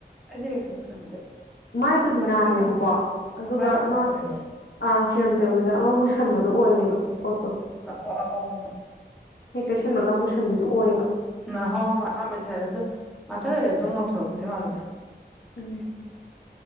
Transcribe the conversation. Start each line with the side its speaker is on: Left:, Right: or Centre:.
Centre: ꯑꯩꯗꯤ ꯀꯩꯁꯨ ꯃꯨꯁꯟꯗꯦ
Left: ꯃꯥꯏꯕꯨꯗꯤ
Centre: ꯃꯨꯁꯟꯕ
Left: ꯅꯥꯜꯂꯦꯕꯀꯣ
Centre: ꯍꯥꯏꯁꯦ ꯈꯪꯗꯦ
Left: ꯑꯗꯨꯒ
Centre: ꯃꯥꯏꯅ
Left: ꯑꯃ
Centre: ꯊꯣꯛꯄꯅꯦꯕ
Left: ꯑꯥ ꯁꯤꯔꯝ ꯇꯩꯕꯗ ꯑꯃ ꯃꯨꯁꯟꯕꯗꯣ ꯑꯣꯏꯌꯦꯕ ꯄꯣꯠꯇꯣ
Centre: ꯑ ꯑꯍꯣ ꯑꯍꯣ ꯍꯣꯏ ꯍꯣꯏ
Left: ꯍꯦꯛ ꯇꯩꯁꯟꯕꯒ ꯃꯨꯁꯟꯕꯗꯨ ꯑꯣꯏꯕ
Centre: ꯑ ꯍꯣꯏ ꯍꯣꯏ ꯑꯍꯥꯟꯕꯗꯤ ꯍꯥꯏꯔꯦ ꯑꯗꯨ ꯉꯥꯛꯇꯪ ꯂꯩꯔ ꯑꯗꯨꯝ ꯉꯧꯊꯣꯔꯛꯄꯗꯤ ꯃꯥꯜꯂꯤꯗ
Left: ꯎꯝ